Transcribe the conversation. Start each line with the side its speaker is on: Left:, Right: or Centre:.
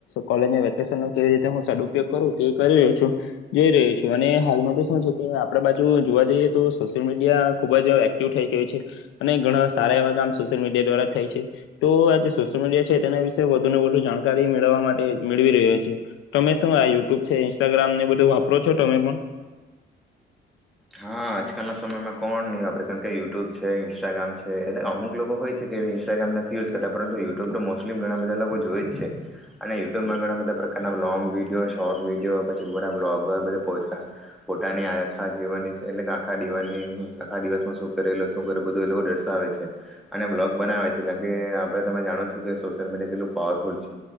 Left: કોલેજ વેકેશન કેવી રીતે હું સદઉપયોગ કરું તે કરી રહ્યો છું. જોઈ રહ્યો છું અને હાલમાં શું છે કે આપડા બાજુ જોવા જઈએ તો સોશિયલ મીડિયા ખુબ જ એક્ટિવ થઈ ગયું છે અને ઘણા સારા એવા કામ સોશિયલ મીડિયા દ્વારા થાય છે. તો આ સોલ મીડિયા છે તેના વિષે વધુને વધુ જાણકારી મેળવવા માટે મેળવી રહ્યો છે. તમે શું આ યુટ્યુબ છે ઇન્સ્ટાગ્રામને બધું વાપરો છો તમે પણ
Centre: હા આજકાલના સમયમાં કોણ નહીં વાપરે, કારણ કે યુટ્યુબ છે ઇન્સ્ટાગ્રામ છે એ અમુક લોકો હોય છે કે ઇન્સ્ટાગ્રામ નથી યુઝ કરતા પરુ યુટ્યુબ તો મોસ્ટલી ઘણા બધા લોકો જોઈ જ છે. અને યુટ્યુબમાં ઘણા બધા પ્રકારના લોંગ વિડીિયો શોર્ટ વિડીિયો પછી બધા બ્લોગર બધ પોચ પોતાની આખા જીવનની એટલે આખા દીવાન ની દિવસ આખા દિવસમાં શું કરે શું કરે બધું એ લોકો દર્શાવે છે. અને બ્લોગ બનાવે છે. કારણ કે આપે તમે જાણો છો કે સોશિયલ મીડિયા કેટલું પાવરફુલ છે.